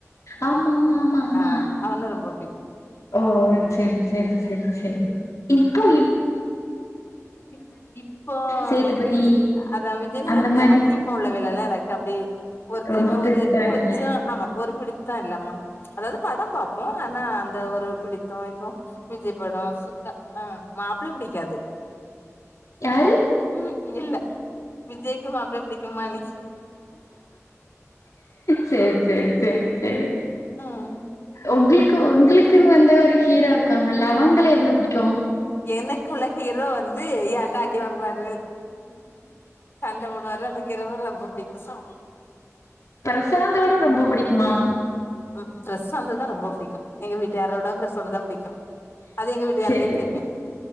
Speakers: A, on the left (about 75°); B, on the left (about 45°).
A: ஆமா ஆமா ஆமா ஆமா
B: ஆ அவன ரொம்ப புடிக்கு
A: ஓ செரி செரி செரி செரி இப்போ இ
B: இப் இப்போ
A: சேதுபதி
B: விஜ் அதா விஜய் சேதுபத்
A: அந்த மாரி
B: அத் இப்ப உள்ள வேலைல்ல நா லைக் அப்டே ஒருத்தருமே
A: ரொம்ப பெருசா
B: ஒரு கொஞ்சோ
A: இல்ல
B: ஆமா ஒரு பிடி த இல்லமா ப்ச் அதாவது படம் பாப்போ ஆனா அந்த ஒரு பிடித்தோ இப்போ விஜய் படோ அ ஆ மாப்பிளை புடிக்காது
A: யாரு
B: ம் இல்ல விஜய்க்கு மாப்ளைய புடிக்கும்மா நீ
A: செரி செரி செரி செரி
B: ம்
A: ஒங்களுக்கு உங்களுக்குன் வந்த ஒரு ஹீரோ இரு ருக்காங்கல்ல அவங்கள எவ்ளோ புடிக்கு
B: எனக்குள்ள ஹீரோ வந்து ஏன்ட்ட அடி வாங்வாரு சண்ட போடுவாரு அந்த கீரோவ ரொம்ப புடிக்கு ச
A: பிரசாந்தோட ரொம்ப புடிக்குமா
B: ம் பிரசாந்துதா ரொம்ப புடிக் க்கு எங்க வீட்டுக்காரோட பிரசாந்தா புடிக்கு அது எங்க வீட்டுக்காருக்கே
A: செரி
B: தெரியு